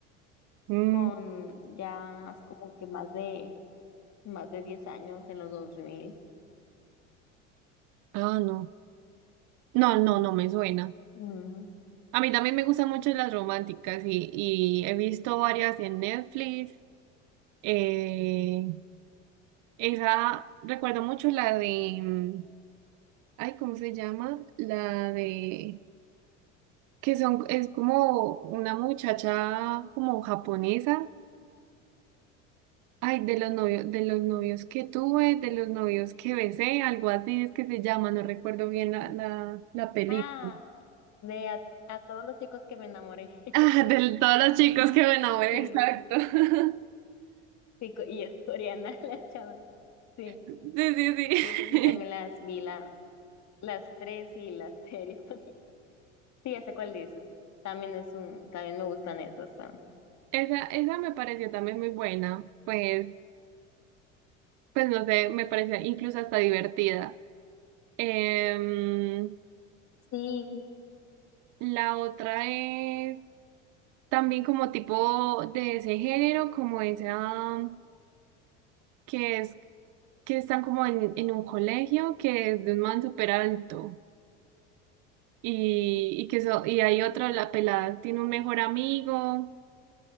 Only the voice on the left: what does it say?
con ya es como que más de, más de 10 años en los 2000.
Ujú.
Ah,
de a, a todos los chicos que me enamoré. <laughs>
Sí,
sí, co- y es coreana <laughs> la chava. Sí,
sí, esas sí
también las
vi, las. Las tres y las <laughs> serie también. Sí, ya sé cuál dices. También es un, también me gustan esas. ah.
Sí,